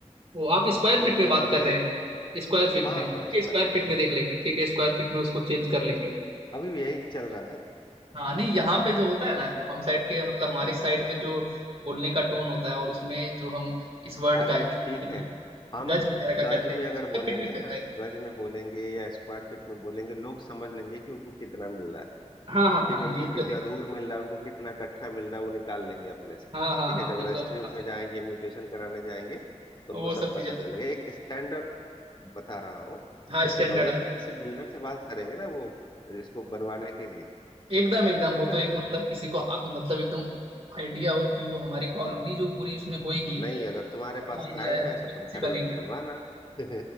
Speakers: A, on the right; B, on the left.
A: वो आप स्क्वायर
B: एक
A: फीट में
B: करेंगे
A: बात कर रहे हैं स्क्वायर फीट
B: हाँ
A: में ठीक
B: हाँ स्क्वायर
A: है स्क्वायर
B: फीट
A: फीट
B: पर
A: में देख लेंगे ठीक है स्क्वायर फीट में उसको चेंज कर लेंगे
B: अभी भी यही चल रहा है
A: हाँ नहीं यहाँ पे जो होता है ना जो हम साइड के मतलब हमारी साइड में जो बोलने का टोन होता है और उसमें जो हम इस वर्ड
B: अरे
A: का के
B: ठीक
A: लिए
B: है हम
A: गज वगैरह
B: गज
A: का करते हैं
B: में अगर
A: स्क्वायर
B: बोलेंगे
A: फीट भी चल
B: ना
A: जाएगा
B: गज में बोलेंगे या स्क्वायर फीट में बोलेंगे लोग समझ लेंगे कि उनको कितना मिल रहा है
A: हाँ हाँ
B: ठीक
A: हाँ
B: है
A: ये
B: उनको
A: तो
B: कितना
A: है ही।
B: धूर मिल रहा है उनको कितना कट्ठा मिल रहा है वो निकाल लेंगे अपने से
A: हाँ हाँ
B: ठीक है
A: हाँ
B: जब
A: वो
B: रजिस्ट्री
A: तो अपने आप से
B: में जाएंगे म्यूटेशन कराने जाएंगे तो
A: वो
B: उनको
A: सब
B: सब
A: चीजें
B: पता चलेगा
A: तो
B: एक स्टैंडर्ड बता रहा हूँ क्योंकि
A: हाँ स्टैंडर्ड
B: हम लोग
A: आप
B: तो
A: बता
B: किसी बिल्डर से बात करेंगे ना वो इसको बनवाने के लिए
A: एकदम एकदम वो तो
B: है
A: एक
B: ना
A: मतलब किसी को आ- मतलब एकदम आइडिया हो कि वो हमारी कॉलोनी जो पूरी उसमें होएगी
B: तो नहीं अगर तुम्हारे
A: बड़ा
B: पास
A: एरिया
B: टाइम
A: है तो
B: है
A: उसमें
B: तो तुम
A: कैसे
B: खड़े होके
A: बनेगी
B: बनवाना <laughs>